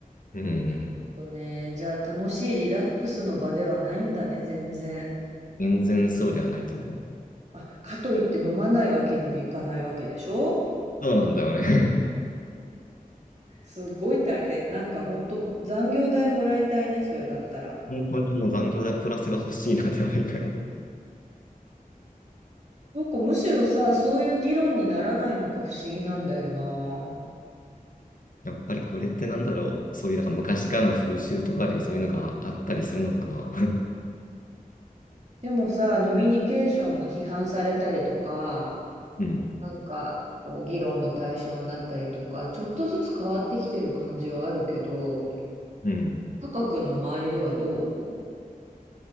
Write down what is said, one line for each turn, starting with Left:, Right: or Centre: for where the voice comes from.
Left: うん。
Right: とね、じゃあ楽しいリラックスの場ではないんだね、全然。
Left: 全然そうではないと思う。
Right: あ、かといって飲まないわけにもいかないわけでしょ
Left: そうなんだよね。<laughs>
Right: すごい大変。なんか本当残業代もらいたいね、それだったら。
Left: 本当にもう残業代プラスが欲しいなって毎回思う。
Right: なんかむしろさ、そういう議論にならないのか不思議なんだよな。
Left: やっぱりこれってなんだろう。そういうなんか昔からの風習とかでそういうのがあったりするのかな。<laughs>
Right: でもさ、ノミニケーションが批判されたりとか、
Left: うん。
Right: なんかこう議論の対象になったりとか、ちょっとずつ変わってきてる感じはあるけど、
Left: うん。
Right: タカ君の周りではどう